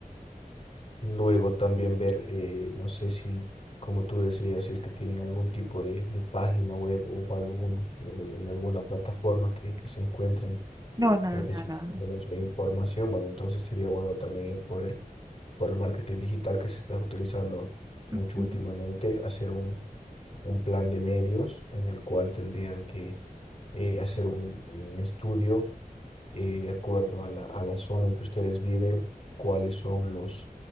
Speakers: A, on the left; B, on the right.
A: Luego también ver, eh, no sé si, como tú decías, si es que tienen algún tipo de, de página web o algún, en, en alguna plataforma que, que se encuentren,
B: No, nada,
A: tal vez
B: nada,
A: si
B: nada.
A: tienen su información, bueno, entonces sería bueno también ir por el, por el marketing digital que se está utilizando mucho
B: Ujú.
A: últimamente, hacer un, un plan de medios en el cual tendrían que eh, hacer un, un estudio eh, de acuerdo a la, a la zona en que ustedes viven, cuáles son los,